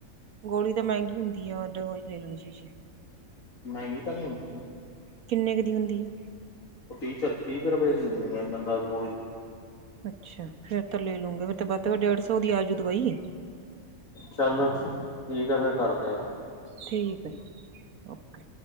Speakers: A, on the right; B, on the left.
A: ਗੋਲੀ ਤਾਂ ਮਹਿੰਗੀ ਹੁੰਦੀ ਆ ਦਵਾਈ ਲੈ ਲੈਣੀ ਸ਼ੀਸ਼ੀ।
B: ਮਹਿੰਗੀ ਤਾਂ ਨੀ ਹੁੰਦੀ।
A: ਕਿੰਨੇ ਕੁ ਦੀ ਹੁੰਦੀ ਐ।
B: ਓ ਤੀਹ ਚ ਤੀਹ ਕੁ ਰੁਪਏ ਦੀ ਹੁੰਦੀ ਏ ਦਸ ਗੋਲੀ
A: ਅੱਛਾ, ਫੇਰ ਤਾਂ ਲੈ ਲੂਗੇ ਫੇਰ ਬਧ ਤੋਂ ਬਧ ਡੇਢ ਸੌ ਦੀ ਆਜੂ ਦਵਾਈ
B: ਚਲੋ ਠੀਕ ਆ ਫੇਰ ਕਰਦੇ ਆਂ
A: ਠੀਕ ਹੈ ਓਕੇ